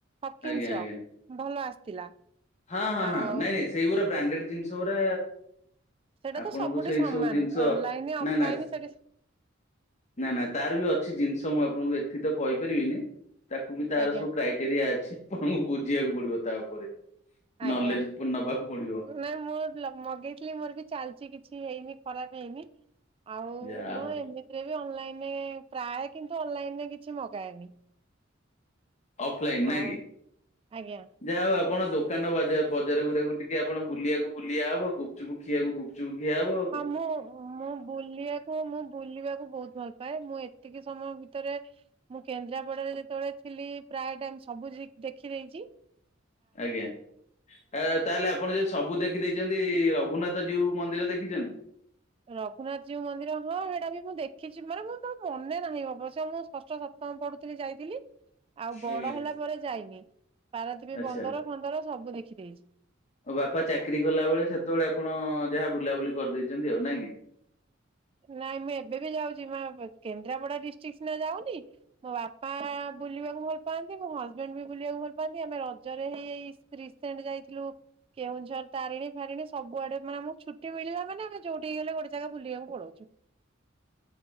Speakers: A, on the right; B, on the left.
A: ହକିନ୍ସର
B: ଆଜ୍ଞା ଆଜ୍ଞା
A: ଭଲ ଆସିଥିଲା।
B: ହଁ ହଁ
A: ଆଉ
B: ହଁ ନାଇଁ ନାଇଁ ସେଇଗୁରା ବ୍ରାଣ୍ଡେଡ ଜିନିଷଗୁରା
A: ସେଇଟା
B: ଆପଣଙ୍କୁ
A: ତ ସବୁଠି
B: ସେଇ
A: ସମାନ
B: ସବୁ ଜିନିଷ
A: ଅନଲାଇନ ଅଫଲାଇନ
B: ନା ନା
A: ସେଠି
B: ନା ନା ତାରବି ଅଛି ଜିନିଷ ମୁଁ ଆପଣଙ୍କୁ ଏଥିତ କହିପାରିବିନି। ତାକୁବି ତାର
A: ଆଜ୍ଞା
B: ସବୁ କ୍ରାଇଟେରିଆ ଅଛି ଆପଣଙ୍କୁ ବୁଝିବାକୁ ପଡିବ ତାଉପରେ।
A: ଆଜ୍ଞା
B: ନଲେଜ ପୁଣି ନବାକୁ ପଡିବ।
A: ନାଇଁ ମୋର ମଗେଇଥିଲି ମୋର ବି ଚାଲିଛି କିଛି ହେଇନି ଖରାପ ହେଇନି। ଆଉ
B: ଯାହା
A: ମୁଁ
B: ହଉ
A: ଏମିତିରେ ବି ଅନଲାଇନ ପ୍ରାୟ କିନ୍ତୁ ଅନଲାଇନରେ କିଛି ମଗାଏନି।
B: ଅଫଲାଇନ ନାଇକି?
A: ଆଉ ଆଜ୍ଞା
B: ଯାହା ହଉ ଆପଣ ଦୋକାନ ବଜା ବଜାର ଗୁରାକୁ ଟିକେ ଆପଣ ବୁଲିବାକୁ ବୁଲିବା ହବ ଗୁପଚୁପ ଖିଆକୁ ଗୁପଚୁପ ଗୁପୁଚୁପ ଖିଆହବ।
A: ହଁ ମୁଁ ମୁଁ ବୁଲିବାକୁ ମୁଁ ବୁଲିବାକୁ ବୋହୁତ ଭଲପା ପାଏ ମୁଁ ଏତିକି ସମୟ ଭିତରେ ମୁଁ କେନ୍ଦ୍ରାପଡାରେ ଯେତେବେଳେ ଥିଲି ପ୍ରାୟ ଟାଇମ ସବୁ ଦେଖିଦେଇଚି।
B: ଆଜ୍ଞା ତା ତାହେଲେ ଆପ ଆପଣ ଯଦି ସବୁ ଦେଖିଦେଇଛନ୍ତି ରଘୁନାଥ ଜୀଉ ମନ୍ଦିର ଦେଖିଛନ୍ତି?
A: ରଘୁନାଥ ଜୀଉ ମନ୍ଦିର ହଁ ସେଇଟାବି ମୁଁ ଦେଖିଚି, ମାନେ ମୁଁ ତ ମନେ ନାହିଁ ଅବଶ୍ୟ ମୁଁ ଷଷ୍ଠ ସପ୍ତମ ପଢୁଥିଲି ଯାଇଥିଲି। ଆଉ ବଡ
B: ଆଜ୍ଞା
A: ହେଲା ପରେ ଯାଇନି, ପାରାଦୀପ
B: ଆଚ୍ଛା
A: ବନ୍ଦର ଫନ୍ଦର ସବୁ ଦେଖିଦେଇଚି।
B: ମୋ ବାପା ଚାକିରି କଲା ଯେତେବେଳେ ଆପଣ ଯାହା ବୁଲାବୁଲି କରିଦେଇଛନ୍ତି ଆଉ ନାଇଁକି?
A: ନାଇଁ ମୁଁ ଏବେବି ଯାଉଛି ମା କେନ୍ଦ୍ରାପଡ଼ା ଡିଷ୍ଟ୍ରିକ ସିନା ଯାଉନି। ମୋ ବାପା ବୁଲିବାକୁ ଭଲ ପାଆନ୍ତି ମୋ ହଜବେଣ୍ଡ ବି ବୁଲିବାକୁ ଭଲ ପାଆନ୍ତି, ଆମେ ରଜରେ ହେଇଚି ରିସେଣ୍ଟ ଯାଇଥିଲୁ। କେଉଁଝର ତାରିଣୀ ଫାରିଣୀ ସବୁଆଡେ ମାନେ ଆମକୁ ଛୁଟି ମିଳିଲା ମାନେ ଆମେ ଯୋଉଠି ହେଲେ ଗୋଟେ ଗୋଟେ ଜାଗା ବୁଲିବାକୁ ପଳଉ